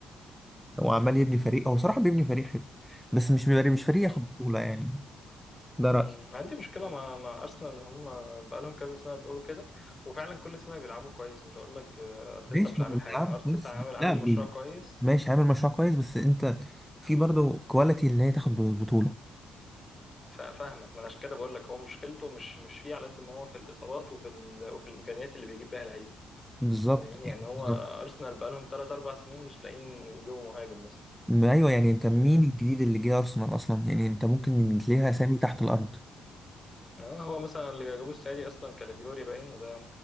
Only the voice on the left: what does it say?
مم.
مم. عندي مشكلة آه. مع مع أرسنال إن هم بقالهم كذا سنة بيقولوا كده وفعلا كل سنة بيلعبوا كويس مش هقول لك ب- أرتيتا
مش عامل
حاجة أرتيتا
عامل عامل
مشروع كويس
ف- فاهمك ما أنا عشان كده بقول لك هو مشكلته مش مش فيه على قد ما هو في الإصابات وفي ال... وفي الإمكانيات اللي بيجيب بيها لعيبة
فاهمني
يعني هو
أرسنال بقالهم 3 4 سنين مش لاقيين يجيبوا مهاجم مثلا
فاهمني؟
مم.
آه، هو مثلا اللي جابوه السنة دي أصلا كالافيوري باين وده